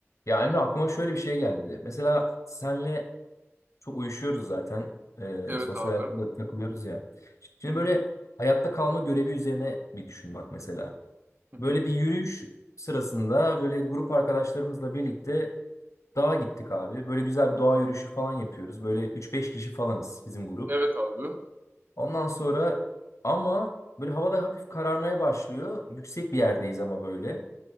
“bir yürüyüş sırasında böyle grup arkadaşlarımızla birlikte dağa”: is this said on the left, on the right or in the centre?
Left